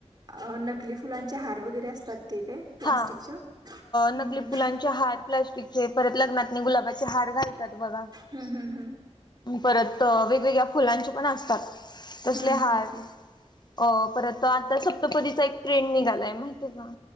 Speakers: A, on the right; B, on the left.
A: अ नकली फुलांचे हार वगैरे असतात ते काय प्लास्टिकच्या
B: हा
A: हम्म
B: नकली फुलांचे हात प्लास्टिकचे परत लग्ना गुलाबाचे हार घालतात बगा
A: हम्म हम्म हम्म
B: परत वेगवेगळे फुलांचे पण असतात तसले
A: हम्म
B: हार
A: हम्म
B: अ परत आता सप्तपदीचा एक ट्रेंड निघालाय माहितीय का